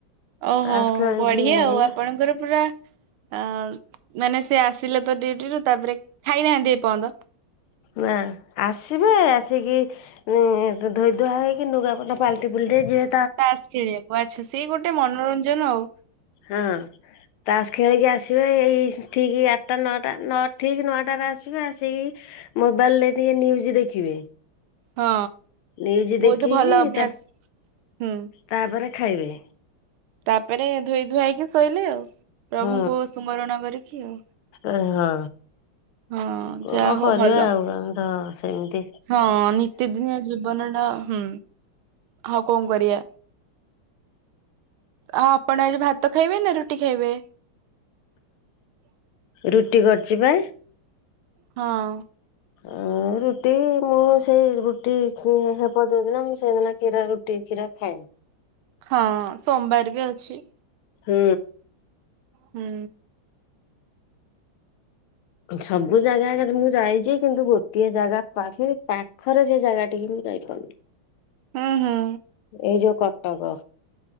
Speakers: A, on the right; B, on the left.
A: ଓହୋ
B: ତାସ ଖେଳିକି
A: ବଢିଆ
B: ଏଇ
A: ଆଉ ଆପଣଙ୍କର ପୁରା ଆ ମାନେ ସିଏ ଆସିଲେ ତ ଡ୍ୟୁଟିରୁୁ ତାପରେ ଖାଇନାହାନ୍ତି ଏପର୍ଯ୍ୟନ୍ତ?
B: ନା ଆସିବେ ଆସିକି ଉଁ ଧୋଇଧୁଆ ହେଇକି ନୁଗାପଟା ପଲଟି ପୁଲଟି ଯିବ
A: ତାସ ଖେଳିବାକୁ ଆଚ୍ଛା ସେଇ ଗୋଟେ ମନୋରଞ୍ଜନ ଆଉ।
B: ହଁ। ତାସ ଖେଳିକି ଆସିବେ ଏଇ ଠିକି ଆଟଟା ନଅଟା ନଅ ଠିକି ନଅଟାରେ ଆସିବେ ଆସିକି ମୋବାଇଲରେ ଟିକେ ନ୍ୟୁଜ ଦେଖିବେ।
A: ହଁ
B: ନ୍ୟୁଜ ଦେଖିକି
A: ବୋହୁତ ଭଲ ଅଭ୍ୟାସ
B: ତା
A: ହୁଁ।
B: ତାପରେ ଖାଇବେ।
A: ତାପରେ ଧୋଇ ଧୁଆହେଇକି ଶୋଇଲେ ଆଉ। ପ୍ରଭୁଙ୍କୁ
B: ହଁ
A: ସୁମରଣ କରିକି ଆଉ
B: ଏ ହଁ
A: ହଁ।
B: କଣ
A: ଯାହା ହଉ
B: କରିବା
A: ଭଲ।
B: ଆଉ ତ ସେମତି
A: ହଁ ନିତିଦିନିଆ ଜୀବନଟା ହୁଁ ଆଉ କଣ କରିବା? ଆଉ ଆପଣ ଆଜି ଭାତ ଖାଇବେ ନା ରୁଟି ଖାଇବେ? ଆ
B: ରୁଟି କରଚି ପା।
A: ହଁ।
B: ଅ ରୁଟି ମୁଁ ସେଇ ରୁଟି କୁ ହେବ ଯଉଦିିନ ମୁଁ ସେଇଦିନ କ୍ଷୀରା ରୁଟି କ୍ଷୀରା ଖାଏଁ।
A: ହଁ ସୋମବାର ବି ଅଛି।
B: ହୁଁ।
A: ହୁଁ।
B: ସବୁ ଜାଗା ଆଗା ମୁଁ ଯାଇଛି କିନ୍ତୁ ଗୋଟିଏ ଜାଗା ପାଖ ପାଖରେ ସେ ଜାଗା ଟିକି ମୁଁ ଯାଇପାରୁନି।
A: ହୁଁ ହୁଁ।
B: ଏଇ ଯୋଉ କଟଟକ